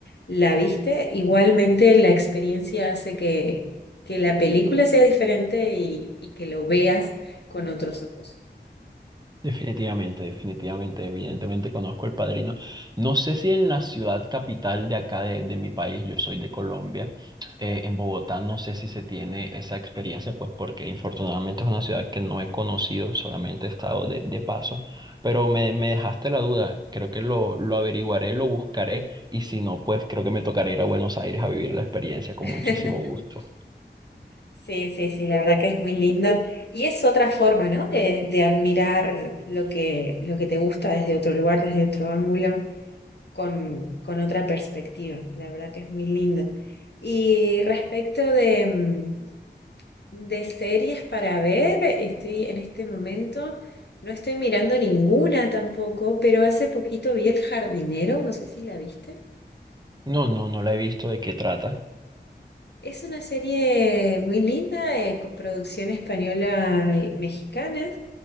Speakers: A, on the left (about 70°); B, on the right (about 25°).
A: la viste. Igualmente la experiencia hace que, que la película sea diferente y, y que lo veas con otros ojos.
B: Definitivamente, definitivamente, evidentemente conozco El Padrino. No sé si en la ciudad capital de acá de, de mi país, yo soy de Colombia, eh, en Bogotá no sé si se tiene esa experiencia, pues porque infortunadamente es una ciudad que no he conocido, solamente he estado de, de paso, pero me, me dejaste la duda, creo que lo, lo averiguaré, lo buscaré y si no, pues creo que me tocará ir a Buenos Aires a vivir la experiencia con
A: <laughs>
B: muchísimo gusto.
A: Sí, sí, sí, la verdad que es muy lindo. Y es otra forma, ¿no? De, de admirar lo que, lo que te gusta desde otro lugar, desde otro ángulo, con, con otra perspectiva. La verdad que es muy lindo. Y respecto de, mm, De series para ver, estoy en este momento, no estoy mirando ninguna tampoco, pero hace poquito vi El Jardinero, no sé si la viste.
B: No, no, no la he visto de qué trata.
A: Es una serie muy linda, eh, con producción española y mexicana,